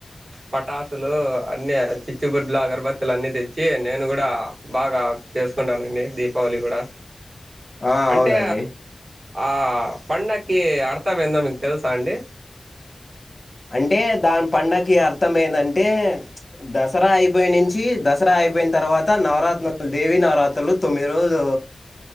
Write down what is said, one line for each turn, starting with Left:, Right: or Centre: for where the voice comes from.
Right: పటాసులు అన్నీ చిచ్చుబుడ్లు అగరబత్తులు అన్నీ తెచ్చి నేను కూడా బాగా చేసుకుంటానండి దీపావళి గూడా
Left: ఆ
Right: అంటే
Left: అవునండి
Right: ఆ పండగకి అర్థం ఎందో మీకు తెలుసా అండి
Left: అంటే దాని పండుగకి అర్థం ఏందంటే దసరా అయిపోయి నుంచి దసరా అయిపోయిన తర్వాత నవరాత్ర దేవి నవరాత్రులు తొమ్మిది రోజులు